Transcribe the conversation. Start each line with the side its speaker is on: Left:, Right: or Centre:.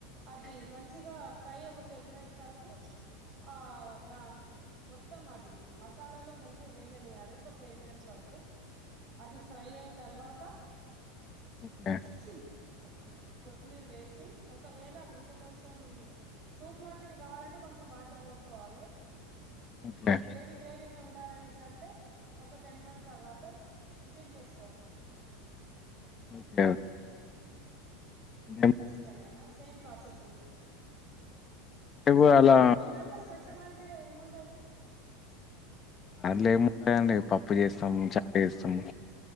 Right: అది మంచిగా ఫ్రై ఒక టెన్ మినిట్స్ వరకు ఆదాన్ మొత్తం అది మసాలాలో మంచిగా వేగనీయాలి ఒక టెన్ మినిట్స్ వరకు అది ఫ్రై అయిన తర్వాత్
Left: ఓకే
Right: త్త కొత్తిమీర్ వేసి ఒకవేళ ఇంకా కొంచెం సూప్ లాంటివి కావాలంటే కొన్ కొంచెం వాటర్ వోసుకోవాలే
Left: ఓకే
Right: గ్రేవీ గ్రేవీనే ఉండాలనేసి అంటే ఒక టెన్ మినిట్స్ తర్వాత దింపేసుకోవాలే
Left: ఓకే ఏం
Right: సెమేనా సేమ్ ప్రాసెస్
Left: మేము అలా
Right: మీ దాంట్ల స్పెషల్ అంటే ఏమున్ దది
Left: అందులో ఏముంటాయండి పప్పు చేస్తాము చారు చేస్తాము